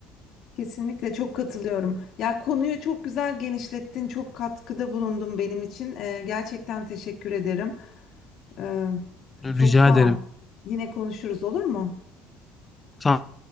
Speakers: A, on the left (about 55°); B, on the left (about 15°).
A: Kesinlikle çok katılıyorum. Ya konuyu çok güzel genişlettin, çok katkıda bulundun benim için. Ee, gerçekten teşekkür ederim. Ee,
B: Rica
A: çok sağ
B: ederim.
A: ol. Yine konuşuruz olur mu?
B: Tamam.